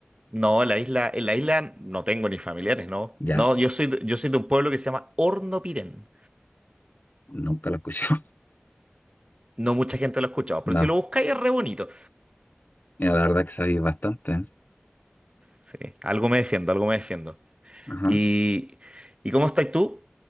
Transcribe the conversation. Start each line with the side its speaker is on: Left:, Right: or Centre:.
Right: no, en la isla, en la isla no tengo ni familiares, no.
Left: Ya,
Right: No, yo soy, de- yo soy de un pueblo que se llama Hornopiren.
Left: nunca lo escuché. <laughs>
Right: No mucha gente lo ha escuchado,
Left: No,
Right: pero si lo buscáis es re bonito.
Left: mira, la verdad que sabéis bastante. ¿eh?
Right: Sí, algo me defiendo, algo me defiendo.
Left: Ajá.
Right: ¿Y, y cómo estás tú?